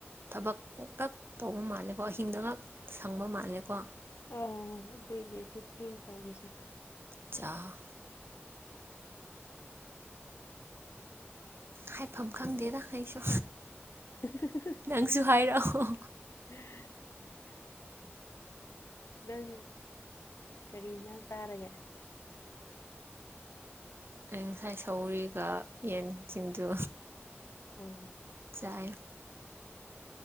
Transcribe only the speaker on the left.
ꯑ ꯑꯗꯨꯏꯅꯦ ꯁꯤ ꯊꯦꯡ ꯇꯧꯔꯤꯁꯦ꯫
<unintelligible>
<unintelligible> ꯅꯪ ꯀꯔꯤ ꯌꯦꯟꯁꯥꯡ ꯆꯥꯔꯒꯦ꯫
ꯎꯝ꯫